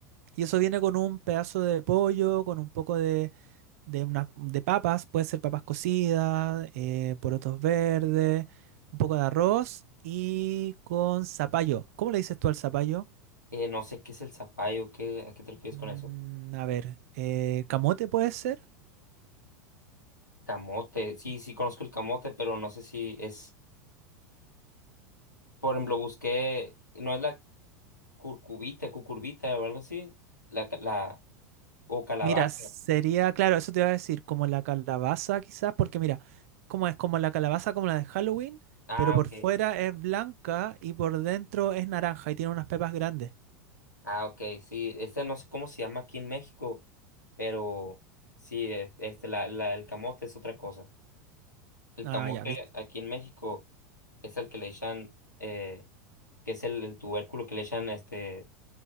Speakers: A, on the right; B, on the left.
A: Y eso viene con un pedazo de pollo, con un poco de, de, una- de papas, puede ser papas cocidas, eh, porotos verdes, un poco de arroz y con zapallo. ¿Cómo le dices tú al zapallo?
B: Eh, no sé qué es el zapallo, qué, ¿a qué te refieres
A: Mm,
B: con eso?
A: a ver, eh, ¿camote puede ser?
B: Camote, sí, sí conozco el camote, pero no sé si es Por ejemplo, busqué, no es la curcubita, cucurbita o algo así, la, ca- la, o calabaza.
A: Mira, sería, claro, eso te iba a decir, como la calabaza quizás, porque mira, como es como la calabaza como la de Halloween,
B: Ah,
A: pero por
B: ok.
A: fuera es blanca y por dentro es naranja y tiene unas pepas grandes.
B: Ah, ok, sí, este no sé cómo se llama aquí en México, pero sí, e- este, la, la, el camote es otra cosa. El
A: Ah,
B: camote
A: ya, viste.
B: aquí en México es el que le echan, eh, que es el, el tubérculo que le echan, este,